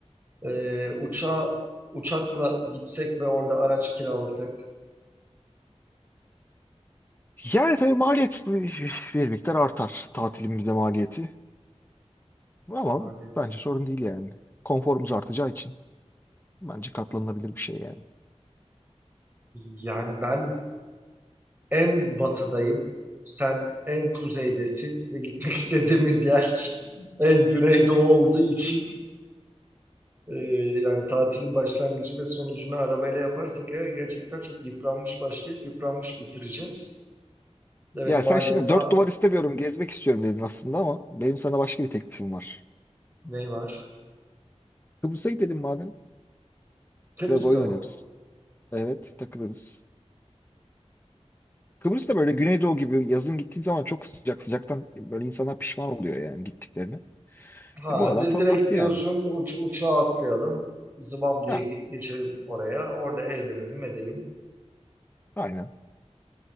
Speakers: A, on the right; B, on the left.
A: E, uçağa uçakla gitsek ve orada araç kiralasak.
B: Yani tabii maliyet bir bir miktar artar tatilimizde maliyeti. Ama
A: Evet.
B: bence sorun değil yani. Konforumuz artacağı için bence katlanılabilir bir şey yani.
A: Yani ben en batıdayım. Sen en kuzeydesin ve gitmek istediğimiz yer <laughs> en güneydoğu olduğu için Ee, yani tatilin başlangıcı ve sonucunu arabayla yaparsak eğer gerçekten çok yıpranmış başlayıp yıpranmış bitireceğiz. Evet
B: Ya
A: maliyette
B: sen şimdi dört duvar istemiyorum, gezmek istiyorum dedin aslında ama benim sana başka bir teklifim var.
A: ne var?
B: Kıbrıs'a gidelim madem.
A: Kıbrıs'a
B: Biraz oyun
A: mı?
B: oynarız. Evet, takılırız. Kıbrıs da böyle Güneydoğu gibi yazın gittiğin zaman çok sıcak sıcaktan böyle insanlar pişman oluyor yani gittiklerine.
A: Ha
B: E bu aralar
A: de,
B: tam
A: direkt
B: vakti
A: diyorsun
B: yani.
A: uç, uçağa atlayalım. Zıbam diye
B: Ha,
A: ge- geçelim oraya. Orada eğlenelim edelim.
B: aynen.